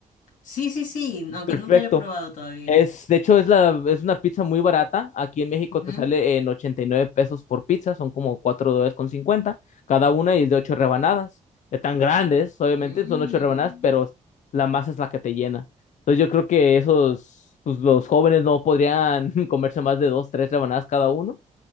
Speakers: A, on the left; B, on the left.
A: Sí, sí, sí, aunque
B: Perfecto.
A: nunca lo he probado todavía.
B: Es, de hecho, es la, es una pizza muy barata. Aquí en México
A: Ujú.
B: te sale en 89 pesos por pizza, son como 4 dólares con 50 cada una y es de 8 rebanadas. Están grandes, obviamente,
A: Mm,
B: son 8 rebanadas, pero la masa es la que te llena. Entonces yo creo que esos, pues los jóvenes no podrían <laughs> comerse más de 2 3 rebanadas cada uno.